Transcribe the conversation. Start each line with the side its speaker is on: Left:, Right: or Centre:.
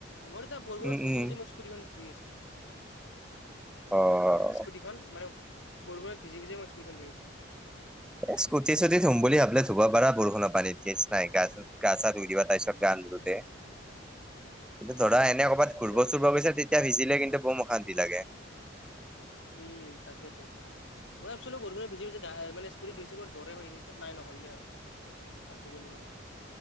Left: মই তেতিয়া বৰষুণত
Centre: উম,
Left: ভিজি
Centre: উম,
Left: ভিজি মই স্কুটীখন ধুই আছিলো।
Centre: অ',
Left: এ স্কুটিখন, মানে বৰষুণত ভিজি ভিজিয়েই মই স্কুটিখন ধুই আছিলোঁ।
Centre: এ স্কুটী চিস্কুটি ধুম বুলি ভাবিলে ধুব পাৰা বৰষুণৰ পানীত, কেছ নাই, গা ছা ধুই দিবা তাৰ পিছত গা নুধুতে
Left: উম,
Centre: ধৰা এনে কবাত
Left: তেতিয়া
Centre: ঘূৰিব
Left: পাৰে
Centre: চুৰিব গৈছা তেতিয়া ভিজিলে কিন্তু বৌম অশান্তি লাগে।
Left: উম, তাকেতো। মই ভাবছিলো বৰষুণত ভিজি ভিজি গায়ে মানে স্কুটি ধুইছোঁ জ্বৰে হয় নেকি নাই নকৰিলে আৰু। বাছি গলো আৰু।